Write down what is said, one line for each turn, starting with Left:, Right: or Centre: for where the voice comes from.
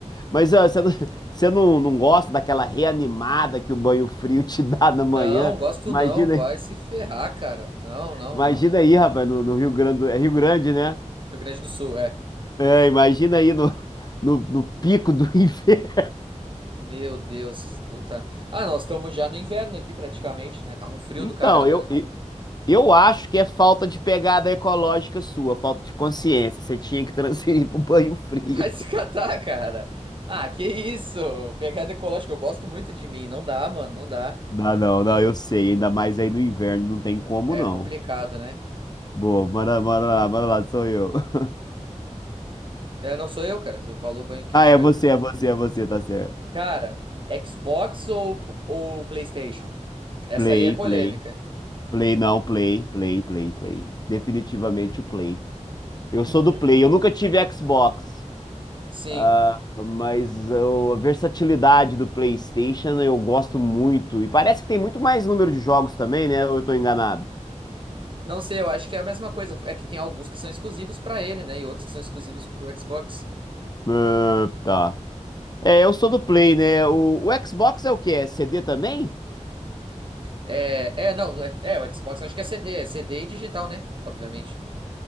Left: mas ah, você não, você não, não gosta daquela reanimada que o banho frio te dá na
Right: Não,
Left: manhã?
Right: gosto
Left: Imagina,
Right: não, vai se ferrar, cara. Não, não,
Left: imagina
Right: não.
Left: aí, rapaz, no, no Rio Grande. do- É Rio Grande, né?
Right: Rio Grande do Sul, é.
Left: É, imagina aí no, no, no pico do <laughs> inverno.
Right: Meu Deus, puta. Ah, nós estamos já no inverno aqui praticamente, né? Tá um frio
Left: Então,
Right: do caramba,
Left: eu,
Right: né?
Left: Eu acho que é falta de pegada ecológica sua, falta de consciência. Você tinha que <laughs> transferir pro banho frio.
Right: <laughs> Vai se catar, cara. Ah, que isso? Pegada ecológica, eu gosto muito de mim. Não dá, mano, não dá.
Left: Não, não, não, eu sei. Ainda mais aí no inverno, não tem como
Right: É
Left: não.
Right: complicado, né?
Left: Boa, manda, manda lá, manda lá, sou eu. <laughs>
Right: É, não sou eu, cara. Tu falou banho quente,
Left: Ah, é
Right: banho
Left: você,
Right: frio.
Left: é você, é você, tá certo.
Right: Cara, Xbox ou, ou PlayStation? Essa
Left: Play,
Right: aí é polêmica.
Left: play. Play, não, play, play, play, play. Definitivamente o play. Eu
Right: Uhum.
Left: sou do play, eu nunca tive Xbox.
Right: Sim.
Left: Ah, mas eu- a versatilidade do PlayStation eu gosto muito. E parece que tem muito mais número de jogos também, né? Ou eu tô enganado?
Right: Não sei, eu acho que é a mesma coisa. É que tem alguns que são exclusivos pra ele, né? E outros que são exclusivos pro Xbox.
Left: Ah, tá. É, eu sou do Play, né? O, o Xbox é o quê? É CD também?
Right: É, é, não, é, é, o Xbox acho que é CD, é CD e digital, né? Obviamente.